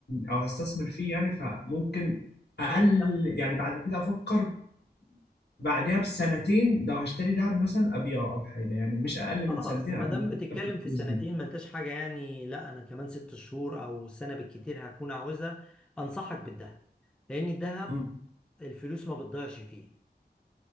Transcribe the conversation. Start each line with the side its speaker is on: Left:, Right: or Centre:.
Left: أو هستثمر فيه يعني فممكن أقل
Centre: يعني أنت
Left: يعني بعد كده أفكر بعدها بسنتين لو هشتري دهب مثلا ابيعه او حاجه يعني مش اقل
Centre: خلاص
Left: من سنتين
Centre: ما
Left: قبل
Centre: دام بتتكلم
Left: قبل الفلوس
Centre: في سنتين
Left: دي
Centre: ما أنتش حاجة يعني لا أنا كمان ست شهور أو سنة بالكتير هكون عاوزها أنصحك بالذهب لأن الذهب
Left: امم
Centre: الفلوس ما بتضيعش فيه